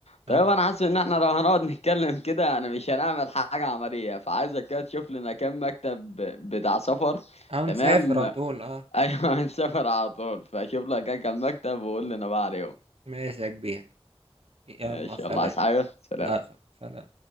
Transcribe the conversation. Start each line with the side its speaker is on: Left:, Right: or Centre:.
Right: اه
Left: طيب أنا حاسس إن إحنا لو هنقعد نتكلم كده يعني مش هنعمل حاجة عملية فعايزك كده تشوف لنا كام مكتب ب- بتاع سفر
Right: اه نسافر
Left: تمام
Right: على طول
Left: <laughs>
Right: اه
Left: أيوة هنسافر على طول فشوف لك كام مكتب وقول لنا بقى عليهم
Right: ماشي يا كبير يلا
Left: إن شاء
Right: سلام
Left: الله عايز حاجة سلام
Right: لا شكرا سلام